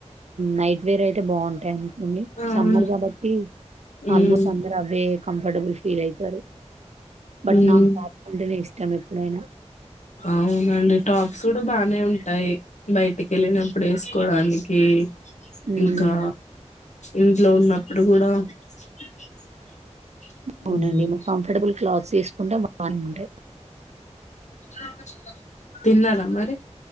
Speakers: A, on the right; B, on the left.
A: నైట్ వేర్ అయితే బాగుంటాయి అనుకోండి
B: అవును
A: సమ్మర్ కాబట్టి ఆల్మోస్ట్
B: ఉమ్
A: సమర్ అవే కంఫర్టబుల్ ఫీల్ అయితరు. బట్
B: ఉమ్
A: నా ప్రాక్స్ అంటేనే ఇష్టం. ఎప్పుడైనా
B: అవునండి టాప్స్ కూడా బానే ఉంటాయి బయటికి వెళ్ళినప్పుడు వేసుకోడానికి
A: మ్మ్
B: ఇంకా ఇంట్లో ఉన్నప్పుడు కూడా <unintelligible> హ్మ్మ్
A: అవునండి మా కంఫర్టబుల్ క్లాత్స్ తీసుకుంటే బానే ఉంటాయి
B: అ తిన్నారా మరి